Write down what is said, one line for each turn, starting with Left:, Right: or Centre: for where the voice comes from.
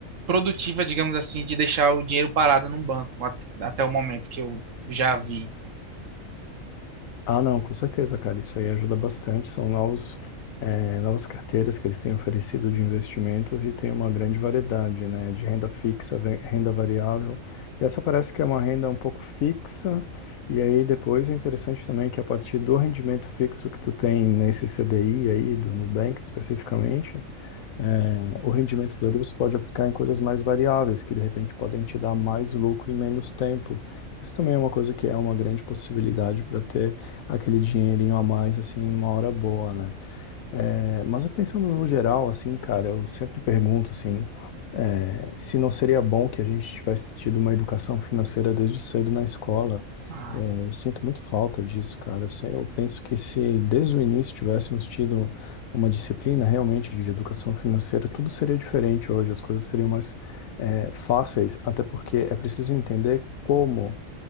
Right: produtiva, digamos assim, de deixar o dinheiro parado num banco at- até o momento que eu já vi.
Left: Ah, não, com certeza, cara. Isso aí ajuda bastante. São novos, eh, novas carteiras que eles têm oferecido de investimentos e tem uma grande variedade, né? De renda fixa, ve- renda variável. E essa parece que é uma renda um pouco fixa. E aí depois é interessante também que a partir do rendimento fixo que tu tem nesse CDI aí, do Nubank especificamente, é, o rendimento dele você pode aplicar em coisas mais variáveis, que de repente podem te dar mais lucro em menos tempo. Isso também é uma coisa que é uma grande possibilidade para ter aquele dinheirinho a mais, assim, numa hora boa, né? É, mas pensando no geral, assim, cara, eu sempre pergunto, assim, é, se não seria bom que a gente tivesse tido uma educação financeira desde cedo na escola.
Right: Ah,
Left: É, eu sinto muito falta disso, cara. Eu, se- eu penso que se desde o início tivéssemos tido uma disciplina realmente de educação financeira, tudo seria diferente hoje, as coisas seriam mais, é, fáceis, até porque é preciso entender como.